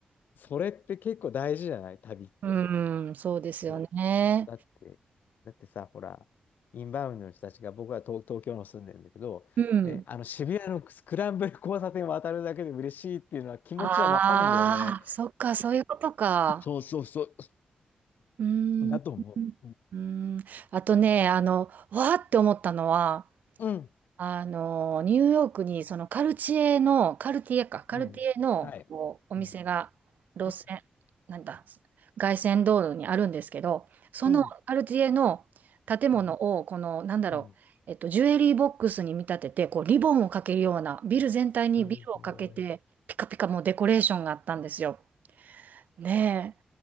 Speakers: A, on the left; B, on the right.
A: それって結構大事じゃない旅って。
B: うん、そうですよね。
A: ねだって、だってさ、ほら、インバウンドの人たちが、僕は東、東京の住んでるんだけど、
B: うん。
A: ね、あの渋谷のスクランブル交差点を渡るだけで嬉しいっていうのは気持ちはわかるんだよね。
B: ああ、そっか、そういうことか。
A: そうそうそう。
B: うー
A: だと思う。
B: ん、うーん、あとね、あの、わーって思ったのは、
A: うん。
B: あの、ニューヨークにそのカルチエの、カルティエか、カルティエのこうお店が、
A: うん。はい。うん。
B: 路線、
A: う
B: なんだ、凱旋道路にあるんですけど、そのカルティエの建物を、
A: ん。うん。
B: この、なんだろう、
A: うん
B: えっと、ジュエリーボックスに見立てて、こう、リボンをかけるような、ビル全体にビルをかけて、
A: すごい。こ
B: ピカピカもうデコレーションがあったんですよ。ねえ。